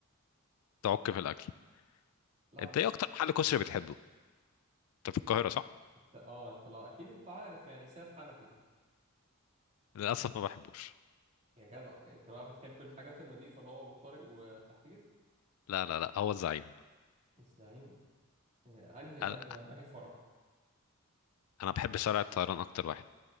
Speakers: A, on the left; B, on the right.
A: تعك في الأكل
B: لا
A: أنت
B: انت
A: إيه أكتر محل كشري بتحبه؟ أنت في القاهرة صح؟
B: انت اه انت لا اكيد انت عارف يعني سيد حنفي
A: للأسف ما بحبوش
B: يا جدع انت بقى بتحب الحاجات النظيفة اللي هو ابو طارق والتحرير
A: لا لا لا هو الزعيم
B: الزعيم انهي انهي
A: أنا
B: انهي فرع
A: أنا بحب شارع الطيران أكتر واحد